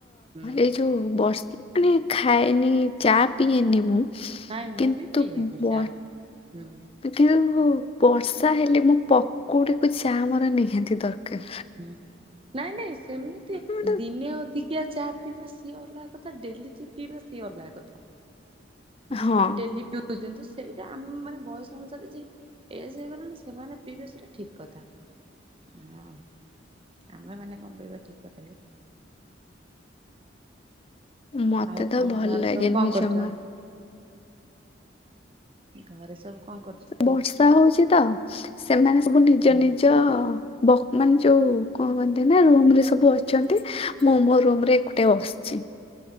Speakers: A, on the right; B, on the left.
A: ହୁଁ
B: ଏଇ ଯୋଉ ବର୍ଷା। ମାନେ ଖାଏନି ଚା ପିଏନି ମୁଁ।
A: ନାଇଁ ମୁଁ
B: କିନ୍ତୁ
A: ବି ପିଏନି
B: ବ
A: ଚା ହୁଁ।
B: କିନ୍ତୁ ବର୍ଷା ହେଲେ ମୁଁ ପକୁଡିକୁୁ ଚା ମୋର ନିହାତି ଦରକାର।
A: ହୁଁ। ନାଇଁ ନାଇଁ ସେମିତି
B: ମାନେ-
A: ଦିନେ ଅଧିକିଆ ଚା ପିଇବା ସିଏ ଅଲଗା କଥା ଡେଲି ପିଇବା ସିଏ ଅଲଗା କଥା। ଯୋଉମାନେ
B: ହଁ
A: ଡେଲି ପିଉଛନ୍ତି ସେଇଟା ଆମେ ମାନେ ବୟସ ଅନୁସାରେ ଯେ। ଏଜ୍ ହେଇଗଲାଣି ସେମାନେ ପିଇବେ ସେଟା ଠିକ୍ କଥା, ହଁ। ଆମେ ମାନେ କଣ ପିଇବା ଠିକ୍ କଥା କି?
B: ମତେ
A: ଆଉ
B: ତ
A: କଣ
B: ଭଲ
A: ଘରେ
B: ଲାଗେନି
A: ସବୁ କଣ କରୁଛନ୍ତି?
B: ଜମା।
A: ଘରେ ସବୁ କଣ କରୁଛନ୍ତି?
B: ବର୍ଷା ହଉଛି ତ ସେମାନେ ସବୁ ନିଜ
A: ହୁଁ
B: ନିଜ ବ ମାନେ ଯୋଉ କଣ କହନ୍ତି ନା ରୁମରେ ସବୁ ଅଛନ୍ତି। ମୁଁ ମୋ ରୁମ ରେ ଏକୁଟିଆ ବ ସିଛି।